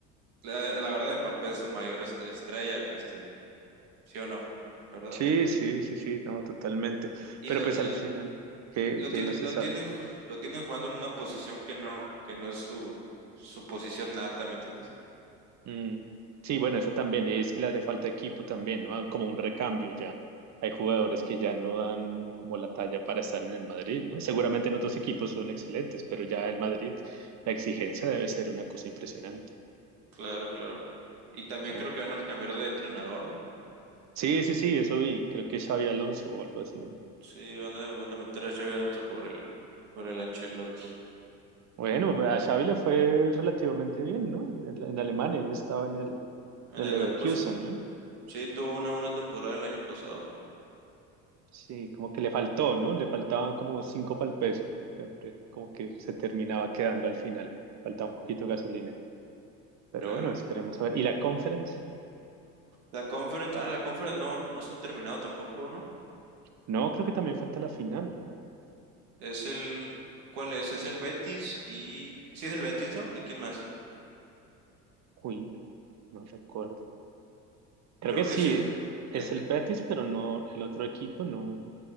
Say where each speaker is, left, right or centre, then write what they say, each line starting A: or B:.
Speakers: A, on the right; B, on the right.
A: la, la verdad, Mbappé es su mayor est- estrella, este, sí o no, ¿verdad?
B: Sí, sí, sí, sí, no, totalmente.
A: Y
B: Pero
A: lo,
B: pues
A: y
B: al
A: lo-
B: final, que,
A: lo
B: que
A: tienen,
B: no se
A: lo
B: sabe.
A: tienen, lo tienen jugando en una posición que no, que no es su, su posición nata, ¿me entiendes?
B: Mm, Sí, bueno, eso también, y es que le hace falta equipo también, ¿no? Ah, Como un recambio ya. Hay jugadores que ya no dan como la talla para estar en el Madrid, ¿no? Seguramente en otros equipos son excelentes, pero ya el Madrid, la exigencia debe ser una cosa impresionante.
A: Claro, claro. Y también
B: Bueno,
A: creo que van a cambiar de entrenador, ¿no?
B: sí, sí, sí, eso vi, creo que Xavi Alonso o algo así.
A: Sí, van a, van a meter a Xavi Alonso por el, por el Ancelotti
B: Bueno, a Xavi le fue relativamente bien, ¿no? En, en Alemania, él estaba en el,
A: en
B: en el
A: el
B: Leverkusen,
A: Leverkusen.
B: ¿no?
A: Sí, tuvo una buena temporada el año pasado,
B: Sí, como que le faltó, ¿no? Le faltaban como cinco para el peso. Siempre como que se terminaba quedando al final. Faltaba un poquito de gasolina. Pero
A: claro.
B: bueno, esperemos a ver. ¿Y la conference?
A: La Conference, ah, la Conference no, no se ha terminado tampoco, ¿no?
B: No, creo que también falta la final.
A: Es el, ¿cuál es? Es el Betis y, sí es el Betis, ¿no? ¿Y quién más?
B: Uy, no, no recuerdo. Creo
A: Creo
B: que sí,
A: que es el,
B: es
A: eh,
B: el
A: eh,
B: Betis, pero no, el otro equipo no,